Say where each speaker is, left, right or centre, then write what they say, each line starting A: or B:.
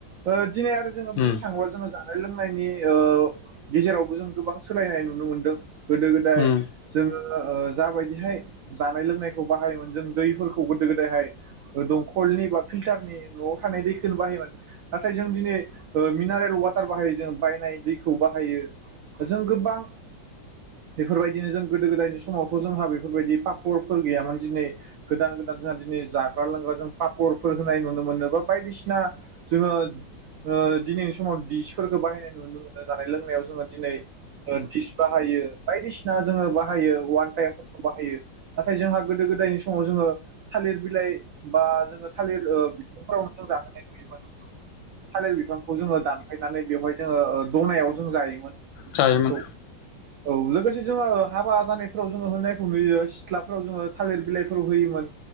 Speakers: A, on the right; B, on the left.
A: ओ दिनै आरो जोङो
B: उम
A: बुंनो थाङोबा जोङो जा जानाय लोंनायनि ओ गेजेरावबो जों गोबां सोलायनाय नुनो मोनदों गोदो गोदाय
B: उम
A: जोङो ओ जाबायदिहाय जानाय लोंनायखौ बाहायोमोन जों दैफोरखौ गोदो गोदायहाय दंखलनि बा। फिल्टारनि न'आव थानाय दैखोनो बाहायोमोन नाथाय जों दिनै ओ मिनारेल वाटार बाहायो जों बायनाय दैखौ बाहायो जों गोबां बेफोरबायदिनो जों गोदो गोदायनि समावथ' जोंहा बेफोरबायदि पापरफोर गैयामोन दिनै गोदान गोदान जोंहा दिनै जाग्रा लोंग्रा जों पापर। फोर होनाय नुनो मोनो बा बायदिसिना जोङो ओ दिनैनि समाव दिसफोरखो बाहायनाय नुनो मोनो जानाय लोंनायाव जोङो दिनै ओ डिस बाहायो बायदिसिना जोङो बाहायो अवान टाइमफोरखो बाहायो नाथाय जोंहा गोदो गोदायनि समाव जोङो थालिर बिलाइ बा जोङो। थालिर ओ बिफांफोरावनो जाहोनाय नुयोमोन थालिर बिफांखौ जोङो दानफायनानै बेवहाय जोङो ओ दनायाव जों जायोमोन। ओंखामफोरखौ
B: जायोमोन।
A: औ लोगोसे जोङो हाबा जानायफोराव जोङो होनायखौ नुयो सिथ्लाफोराव जोङो थालिर बिलाइफोराव होयोमोन